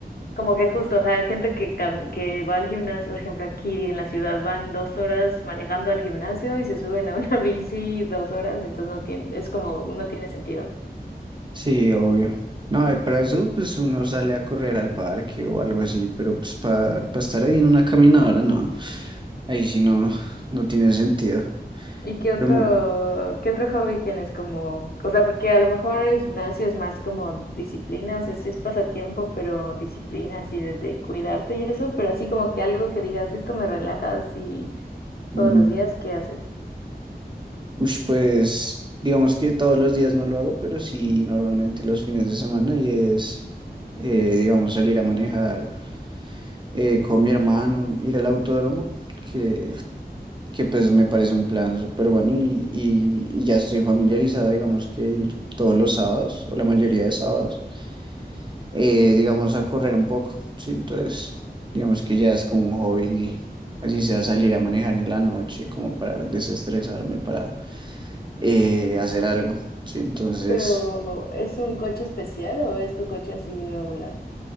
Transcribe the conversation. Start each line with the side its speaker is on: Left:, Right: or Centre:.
Left: como que justo, ajá, hay gente que, cam- que va al gimnasio, por ejemplo, aquí en la ciudad van dos horas manejando al gimnasio y se suben a una <laughs> bici dos horas, entonces no tiene, es como, no tiene sentido.
Right: Sí, obvio. No, eh, para eso pues uno sale a correr al parque o algo así, pero pues para estar ahí en una caminadora, no. Ahí sí no, no tiene sentido.
Left: ¿Y qué otro,
Right: Pero me-
Left: qué otro hobby tienes como, o sea, porque a lo mejor el gimnasio es más como disciplina, o sea, sí es pasatiempo, pero disciplina, así de, de cuidarte y eso, pero así como que algo que digas, esto me relaja así
Right: mm,
Left: todos los días, ¿qué haces?
Right: ush, pues digamos que todos los días no lo hago, pero sí normalmente los fines de semana y es, eh, digamos, salir a manejar eh, con mi hermano, ir al autódromo, que, que pues me parece un plan súper bueno y, y y ya estoy familiarizado, digamos, que ir todos los sábados o la mayoría de sábados. eh, digamos, a correr un poco, ¿sí? Entonces, digamos que ya es como un hobby, así sea salir a manejar en la noche, como para desestresarme, para eh, hacer algo, ¿sí? Entonces,
Left: ¿Pero es un coche especial o es tu coche así regular?